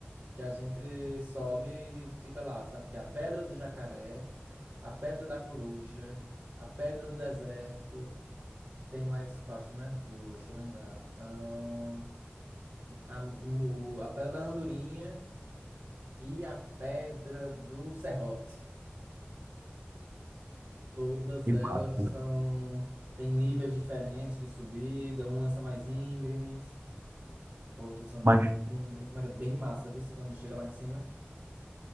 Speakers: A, on the right; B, on the right.
A: que a gente sobe e fica lá, sabe? Que é a Pedra do Jacaré, a Pedra da Coruja, a Pedra do Deserto. Tem mais quatro, tem mais duas, deixa eu lembrar. Ahn, a, o- a Pedra da Andorinha e a Pedra do Serrote. Todas
B: Que
A: elas
B: massa.
A: são. Tem níveis diferentes de subida, umas são mais íngremes, outros são menos
B: Mas,
A: íngremes, mas é bem massa, viu? se Quando chega lá em cima.